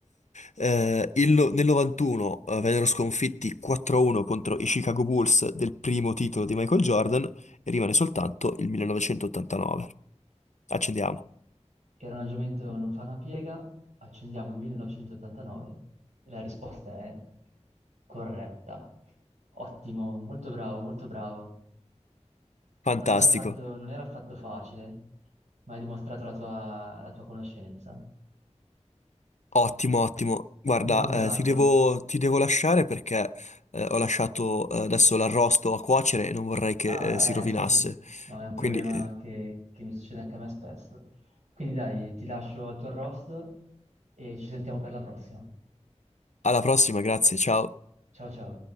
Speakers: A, on the left; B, on the right.
A: Eh, il no- nel 91 eh, vennero sconfitti 4-1 contro i Chicago Bulls del primo titolo di Michael Jordan e rimane soltanto il 1989. Accendiamo.
B: Il ragionamento non fa una piega, accendiamo 1989 e la risposta è corretta. Ottimo, molto bravo, molto bravo.
A: Fantastico.
B: Non era affatto, non era affatto facile, ma hai dimostrato la tua, la tua conoscenza.
A: Ottimo, ottimo. Guarda,
B: Mi congratulo.
A: eh, ti devo, ti devo lasciare perché eh, ho lasciato eh, adesso l'arrosto a cuocere e non vorrei che
B: Ah,
A: eh, si rovinasse.
B: eh, sì, sì, no, è un problema
A: Quindi, eh,
B: che, che mi succede anche a me spesso. Quindi dai, ti lascio al tuo arrosto e ci sentiamo per la prossima.
A: alla prossima, grazie, ciao.
B: Ciao ciao.